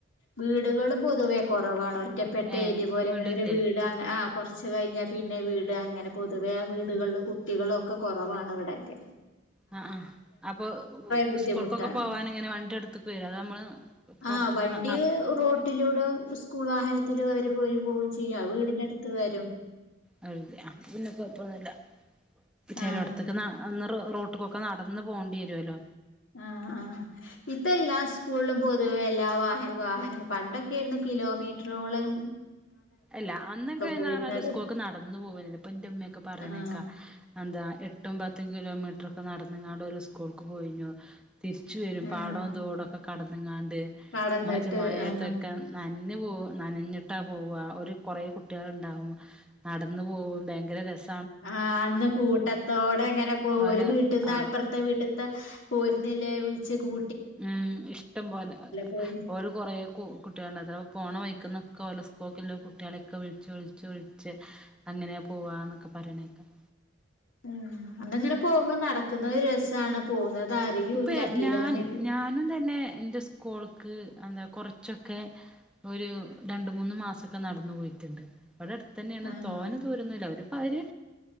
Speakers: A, on the left; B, in the centre.
A: വീടുകളും പൊതുവെ കുറവാണ് ഒറ്റപ്പെട്ട
B: ഏഹ്
A: ഏരിയ പോലെങ്ങനൊരു
B: വീടില്ലേ
A: വീട് ആ കൊറച്ച് കഴിഞ്ഞ പി ന്നെ വീട് അങ്ങനെ പൊതുവെ വീടുകളും കുട്ടികളൊക്കെ കുറവാണ് ഇവിടൊക്കെ
B: ആ ആ അപ്പൊ
A: ബുദ്ധിമുട്ടാണ്
B: സ്കൂൾക്കൊക്കെ പോവാന് ഇങ്ങനെ വണ്ടി അടുത്ത്ക്ക് വരോ അതോ നമ്മള് പൊറത്ത്ക്ക്
A: ആ വണ്ടി
B: ന ന
A: റോട്ടിലൂടെ സ്കൂൾ വാഹനത്തില്വര് വരും പോവും ചെയ്യ ആഹ് വീടിനടുത്ത് വരും
B: വരൂലേ ആഹ് അപ്പൊ പിന്നെ കൊഴപ്പൊന്നുല്ല ചെലോട്ത്ത്ക്ക്
A: ആഹ്
B: ന ന്ന് റ് റോട്ട്ക്കൊക്കെ നടന്ന് പോണ്ട്യേരോലാേ
A: ആഹ് ആഹ് ഇപ്പ എല്ലാ സ്കൂളും പൊ ത്‌വേ എല്ലാ വാഹ വാഹനം പണ്ടൊക്കേയ്ര്ന്ന് കിലോമീറ്റ്റോളം
B: എല്ല അന്നൊക്കെന്ന്റാല്
A: പോയിരുന്നത്
B: സ്കൂക്ക് നടന്ന് പോവെല ഇപ്പ ൻ്റെ ഉമ്മയൊക്കെ പറയ്ണേക്കാ
A: ആഹ്
B: എന്ത ആഹ് എട്ടും പ പത്ത് കിലോമീറ്റ്റൊക്കെ നടന്ന്ങ്ങാണ്ട് ഓല് സ്കൂൾക്ക് പോയ്ന്യോ തിരിച്ച് വരും
A: ആഹ്
B: പാടോം തോടൊക്കെ കടന്ന്ങ്ങാണ്ട്
A: കടന്നിട്ട്
B: മ്മച്ചും മയേത്തൊക്കെ
A: ആഹ്
B: നൻഞ്ഞ് പോ നനഞ്ഞ്ട്ടാ പൊവ്വ ഒരു കൊറേകുട്ടോൾ ഇണ്ടാവും നടന്ന് പോവും ഭേങ്കര രസ
A: ആഹ് അന്ന് കൂട്ടത്തോടെ ങ്ങനെ പോ
B: ഓലെ
A: ഒരു വീട്ട്ന്ന്
B: ആഹ്
A: അപ്പറത്തെ വീട്ട്ത്തെ- പോര്ന്ന്ല്ലേ വിൾച്ച് കൂ
B: ഉം ഇഷ്ടം പോലെ
A: പോയിന്
B: ഓല് കൊറേ കു കുട്ട്യേള്ണ്ട് അതാവ് പോണ വയ്ക്ക്ന്ന് ഓലേ സ്കൂൾക്ക് ഇള്ള കുട്ട്യളൊക്കെ വിളിച്ചച്ച് വിളിച്ച് വിളിച്ച് അങ്ങനെ പോവാന്നൊക്കെ പറിണേക്ക
A: ആ അന്നങ്ങനെ പോബ നടക്ക്ന്ന രസാണ് പോകുന്നത് അറിയൂല്ല
B: ഇപ്പ
A: കിലോമീറ്റർ
B: ഞാൻ ഞാനും തന്നെ എൻ്റെ സ്കൂൾക്ക് എന്താ കൊറച്ചൊക്കെ ഒരു രണ്ട് മൂന്ന് മാസക്കെ നടന്നു പോയി ണ്ട് ഇവടെ അട്ത്ത് തന്നെണ്
A: ആഹ്
B: തോന ദൂരൊന്നുല്ല ഒര് പര്